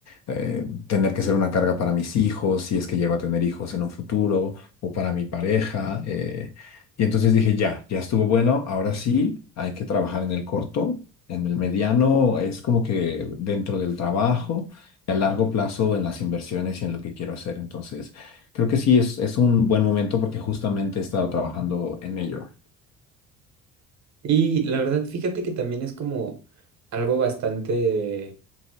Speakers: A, on the left; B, on the right.
A: eh, tener que ser una carga para mis hijos, si es que llego a tener hijos en un futuro, o para mi pareja. eh, y entonces dije, ya, ya estuvo bueno, ahora sí, hay que trabajar en el corto, en el mediano, es como que dentro del trabajo y a largo plazo en las inversiones y en lo que quiero hacer. Entonces, creo que sí es, es un buen momento porque justamente he estado trabajando en ello.
B: Y la verdad, fíjate que también es como algo bastante